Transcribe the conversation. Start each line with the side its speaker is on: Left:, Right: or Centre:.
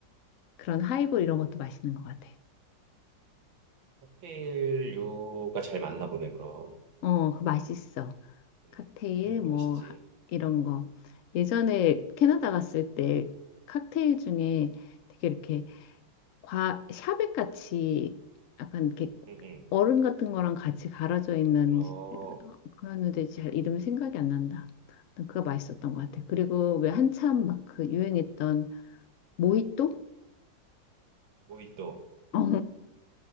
Left: 그런 하이볼
Right: 응.
Left: 이런 것도 맛있는 것 같아.
Right: 칵테일류가 잘 맞나 보네, 그럼.
Left: 어, 그거 맛있어.
Right: 응,
Left: 칵테일
Right: 응,
Left: 뭐
Right: 맛있지.
Left: 하- 이런 거. 예전에 캐나다 갔을 때
Right: 응,
Left: 칵테일 중에
Right: 응,
Left: 되게 이렇게 과 샤벳 같이 약간 이렇게
Right: 응,
Left: 얼음 같은 거랑 같이 갈아져 있는
Right: 응. 어,
Left: 그런데 잘 이름이 생각이 안 난다. 아무튼 그거 맛있었던 것
Right: 음,
Left: 같아. 그리고 왜 한참 막 그 유행했던 모히또?
Right: 모히또.
Left: <laughs> 어,
Right: 음,